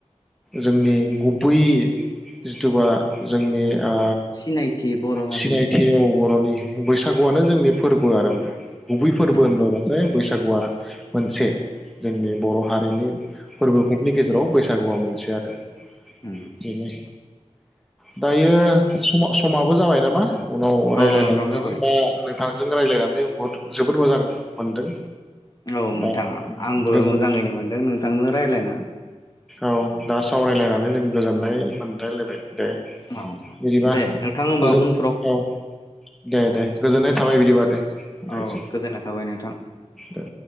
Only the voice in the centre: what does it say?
जोंनि गुबै जिथुबा जोंनि ओ
सिनायथि औ बर'नि बैसागुआनो जोंनि फोरबो आरो गुबै फोरबो
होनबाथाय बैसागु गुआ मोनसे जोंनि बर' हारिनि फोरबोफोरनि गेजेराव बैसागुआ मोनसे आरो
बेनो दायो सम समाबो जाबाय नामा उनाव
रायज्लायलायनोसै
दा नोंथां जों रायज्लायनानै बहुद जोबोद मोजां मोनदों
बा
गोजोननाय
औ दा सावरायलायनानै जों गोजोननाय मोनलायलायबाय। दे
बिदिबा
गोजोन
औ दे दे गोजोननाय थाबाय बिदिबा दे दोनसै
दे।